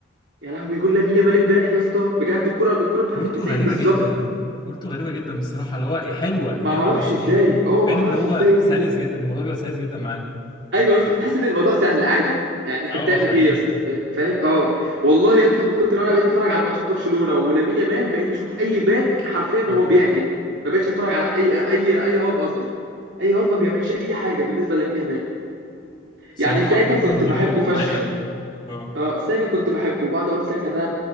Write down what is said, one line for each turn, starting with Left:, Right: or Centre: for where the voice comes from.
Right: يا لهوي جول لامين يامال امبارح يا اسطى بجد الكره الكره بتروح
Left: كورته
Right: في ال 90
Left: غريبه
Right: بالظبط
Left: جدا كورته غريبه جدا بصراحه اللي هو حلوه حلوه
Right: ما اعرفش
Left: بس
Right: ازاي
Left: بي- بتبان
Right: اه ما اعرفش
Left: ان هو
Right: ازاي يا
Left: سلس
Right: اسطى كده
Left: جدا الموضوع بيبقى سلس جدا معاه
Right: ايوه يا اسطى تحس ان الموضوع سهل عادي يعني انت
Left: اه
Right: بتعمل
Left: حقيقي
Right: ايه يا اسطى فا- فاهم اه والله يا اسطى من كتر ما انا بقيت اتفرج على ماتشات برشلونه ولامين يامال بقيت اشوف اي باك حرفيا
Left: اه
Right: هو بيعجن ما بقتش اتفرج على اي اي اي هوب قصدي اي هوب ما بيعملش اي حاجه بالنسبه لامين يامال
Left: بصراحه
Right: يعني ساكا كنت
Left: لامين
Right: بحبه
Left: يامال
Right: فشخ
Left: عالي قوي اه
Right: اه ساكا كنت بحبه بعد اقول ساكا ده